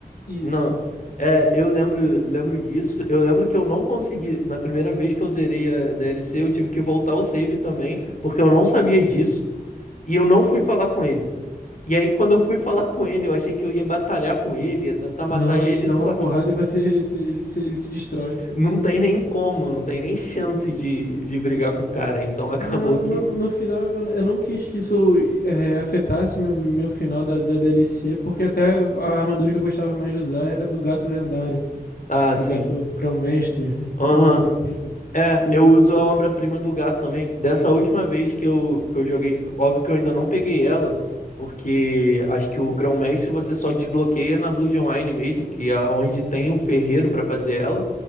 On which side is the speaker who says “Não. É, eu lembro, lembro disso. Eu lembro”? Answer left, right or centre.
Left